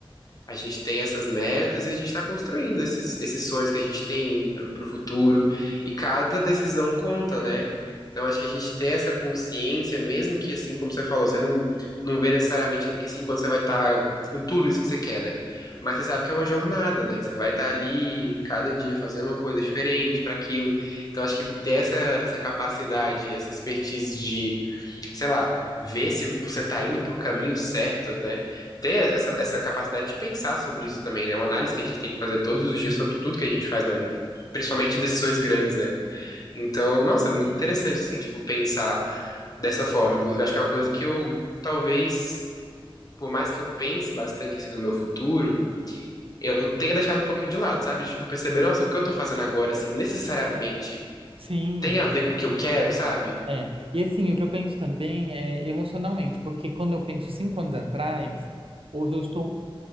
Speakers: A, on the left (about 40°); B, on the right (about 75°).
A: A gente tem essas metas e a gente está construindo esses, esses sonhos que a gente tem para o futuro. E cada decisão conta, né? Então acho que a gente ter essa consciência, mesmo que assim, como você falou, você não, não vê necessariamente que daqui cinco anos você vai estar com tudo isso que você quer, né? Mas você sabe que é uma jornada, né? Que você vai estar ali cada dia fazendo uma coisa diferente para aquilo. Então acho que ter essa, essa capacidade, essa expertise de sei lá, ver se você tá indo pro caminho certo, né? Ter essa, essa capacidade de pensar sobre isso também, né? Uma análise que a gente tem que fazer todos os dias sobre tudo que a gente faz na vida. Principalmente decisões grandes, né? Então, nossa, é muito interessante, assim, tipo, pensar dessa forma. Inclusive, acho que é uma coisa que eu, talvez, por mais que eu pense bastante, assim, no meu futuro, eu tenha deixado um pouquinho de lado, sabe? Tipo, perceber, nossa, o que eu tô fazendo agora, assim, necessariamente
B: Sim,
A: tem a ver com o que eu quero, sabe?
B: é. E assim, o que eu penso também é emocionalmente, porque quando eu penso cinco anos atrás, hoje eu estou,